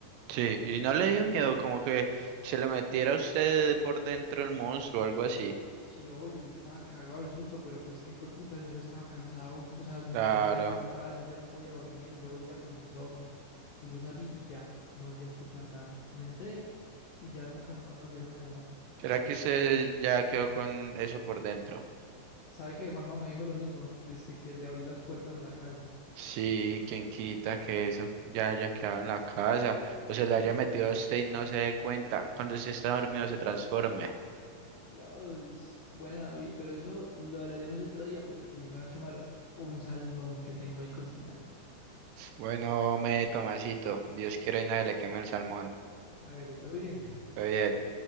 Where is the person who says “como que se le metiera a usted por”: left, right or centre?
Right